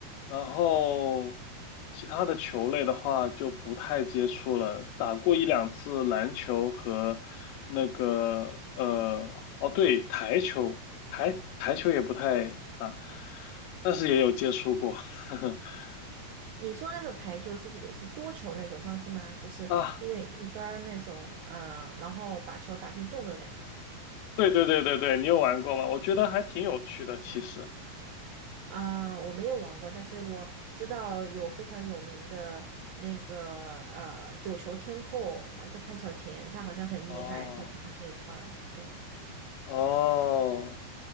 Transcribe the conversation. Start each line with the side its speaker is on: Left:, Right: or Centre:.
Left: 然后其他的球类的话就不太接触了，打过一两次篮球和那个呃，哦对，台球，台台球也不太打，但是也有接触过。<laughs>
Right: 你说那种台球是指的是桌球那种方式吗？就是一人一个杆儿那种啊、
Left: 啊，
Right: 呃然后把球打进洞的感觉
Left: 对对对对对，你有玩过吗？我觉得还挺有趣的，其实。
Right: 啊、我没有玩过，但是我知道有非常有名的那个呃九球天后，呃叫潘晓婷，她好像很厉害，
Left: 哦
Right: 就是在这一块儿。对，
Left: 哦，